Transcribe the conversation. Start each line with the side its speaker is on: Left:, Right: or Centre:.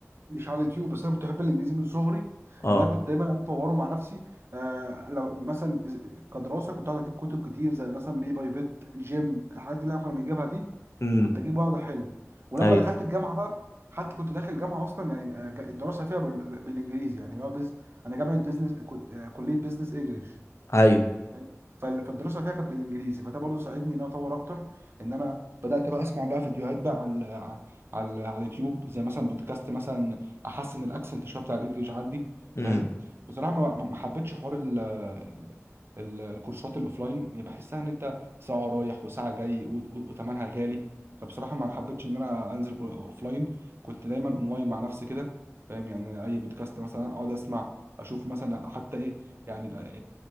Right: مش على اليوتيوب بس انا كنت بحب الانجليزي من صغري
Left: اه
Right: ان انا كنت دايما قاعد اطوره مع نفسي آه لو مثلا إز- كدراسه كنت قاعد اجيب كتب كتير زي مثلا بي باي بيت جيم الحاجات دي اللي احنا كنا بنجيبها دي
Left: امم
Right: كنت اجيب واقعد احل ولما
Left: ايوه
Right: دخلت الجامعه بقى حتى كنت داخل الجامعه اصلا يعني آه، جا- الدراسه فيها بال- بالانجليزي يعني اللي هو بز... انا جامعه بزنس كنت آه، كليه بزنس انجلش
Left: ايوه
Right: فاهم؟ فال- فالدراسه فيها كانت بالانجليزي فده برضو ساعدني ان انا اطور اكتر ان انا بدات بقى اسمع بقى فيديوهات بقى على على على على اليوتيوب زي مثلا بودكاست مثلا احسن الاكسنت شويه بتاع الانجليش عندي
Left: امم
Right: فاهم بصراحه ما ما ما حبيتش حوار ال ال- ال- الكورسات الاوفلاين يعني بحسها ان انت ساعه رايح وساعه جاي و- و- وثمنها غالي فبصراحه ما حبيتش ان انا انزل كور- اوفلاين كنت دايما اونلاين مع نفسي كده فاهم يعني اي بودكاست مثلا اقعد اسمع اشوف مثلا حتى ايه يعني